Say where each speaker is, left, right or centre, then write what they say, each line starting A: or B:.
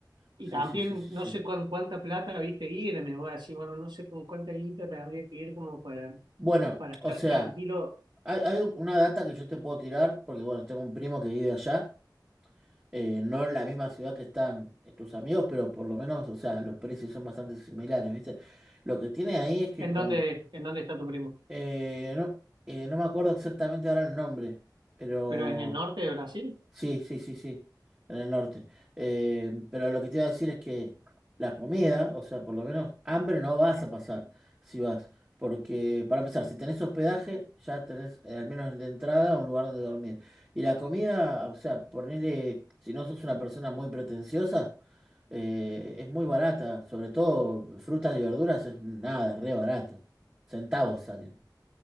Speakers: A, on the right; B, on the right.
A: Y
B: sí,
A: también
B: sí, sí, sí,
A: no
B: sí.
A: sé con cuánta plata, viste, irme me voy a decir, bueno, no sé con cuánta guita tendría que ir como para,
B: Bueno,
A: para estar
B: o sea.
A: tranquilo.
B: Hay, hay una data que yo te puedo tirar, porque bueno, tengo un primo que vive allá, eh, no en la misma ciudad que están eh, tus amigos, pero por lo menos, o sea, los precios son bastante similares, ¿viste? Lo que tiene ahí es que
A: ¿En
B: con,
A: dónde, en dónde está tu primo?
B: eh, no, eh, no me acuerdo exactamente ahora el nombre, pero
A: ¿Pero en el norte de Brasil?
B: Sí, sí, sí, sí, en el norte. Eh, pero lo que te iba a decir es que la comida, o sea, por lo menos hambre no vas a pasar si vas. Porque, para empezar, si tenés hospedaje, ya tenés eh, al menos de entrada un lugar donde dormir. Y la comida, o sea, ponele, si no sos una persona muy pretenciosa, eh, es muy barata. Sobre todo frutas y verduras es nada, re barato. Centavos salen.